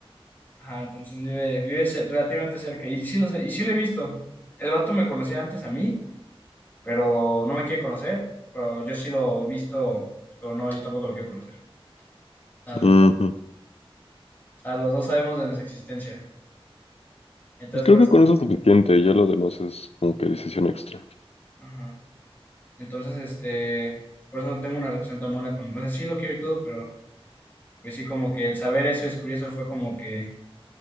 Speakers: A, on the left; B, on the left.
A: Ajá, entonces vive, vive ce- relativamente cerca. Y sí, lo sé- y sí lo he visto. El vato me conocía antes a mí, pero no me quiere conocer. Pero yo sí lo he visto, pero no, yo tampoco lo quiero conocer. La
B: ujú.
A: verdad. O sea, los dos sabemos de nuestra existencia. Entonces,
B: Pues creo
A: por eso,
B: que con eso es suficiente, ya lo demás es como que decisión extra.
A: ajá. Entonces, este, por eso no tengo una relación tan buena con, no sé sí lo quiero y todo, pero pues sí, como que el saber eso, descubrir eso fue como que